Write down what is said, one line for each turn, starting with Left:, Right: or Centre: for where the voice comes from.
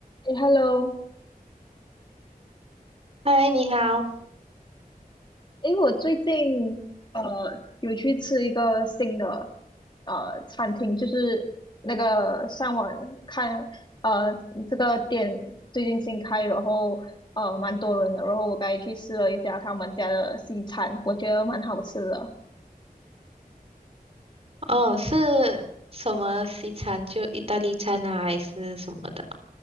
Left: 诶 h e l l o
Right: 嗨，你好。
Left: 诶，我最近呃有去吃一个新的呃餐厅，就是那个上网看呃这个店最近新开，然后呃蛮多人的，然后我刚才去试了一下他们家的西餐，我觉得蛮好吃的。
Right: 哦，是什么西餐？就意大利餐啊，还是什么的？